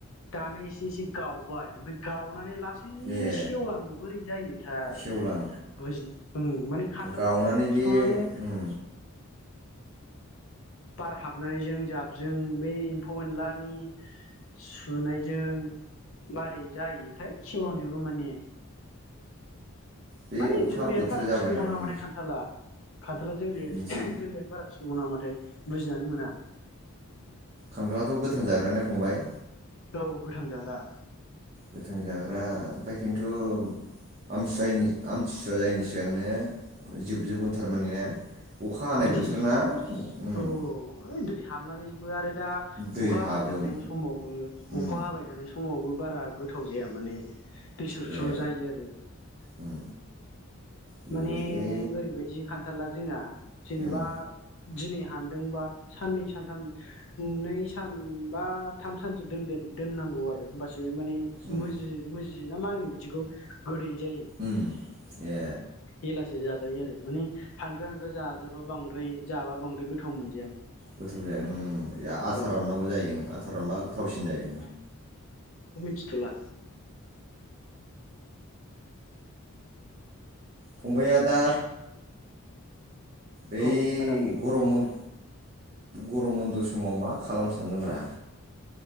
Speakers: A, on the left; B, on the right.
A: दानो इसे इसे गावबाय ओमफ्राय गाव नानै लासैनो
B: ए
A: सेवलाङो बोरै जायोथाय
B: सेवलां
A: बुजि ओम माने खान्थालानो
B: गावनानै
A: फिफाङानो
B: बे उम
A: बार हाबनायजों जाबजों बे एम्फौ एनलानि सुनायजों मारै जायोथाय सेवलांजोबो माने
B: बे
A: माने
B: अखा
A: जोलैयानो
B: बोथोर
A: बारा
B: जाबायना
A: थिक नङा नामाथाय
B: उम
A: खान्थाला खान्थाला जोरि
B: बिदि
A: जोलियानो बारा थिक नंगौ नामाथाइ बुजिनानै मोना
B: खान्थालाथ' गोथां जाग्राना फंबाय
A: औ गोथां जाग्रा
B: गोथां जाग्रा ओमफ्राय खिन्थु आमथिसुवानि आमथिसुवा जायैनि सिगांनो जोबजोबगोन थारमाने ना अखा हानाय
A: बिदि
B: बोथोर ना उम
A: औ ओ हाबनानैबो आरो दा
B: दै
A: अखा हाबाय
B: हाबो
A: थानाय
B: ओं
A: समावबो
B: उम
A: अखा हाबाय थानाय स फुङावबो बारा गोथाव जाया माने दैस्रुसु
B: ए
A: जायो आरो
B: उम बेबोलै
A: माने ओरैबायदि खान्थाला जोंना जेनेबा
B: उम
A: दिनै हानदोंबा साननै सानथाम नै सान बा थाम सानसो दोनदेर दोननांगौ आरो होमबासो माने
B: उम
A: मोजि मोजि जियो ना मा होनो बिदिखौ गोदै जायो
B: उम ए
A: एलासो जा जायोआरो माने हानग्रो हानग्रा जा जाबा बांद्राय जाबा बांद्राय गोथाव मोन
B: गोथाव जाया ओम या आथा
A: औ
B: राननांगौ जायो ओम आथा रानबा गोथावसिन जायो
A: थिथ'ला
B: फंबाया दा बै
A: औ आदा बुं
B: गरम बन गरम बन्द' समाव मा खालामनो सानदोंब्रा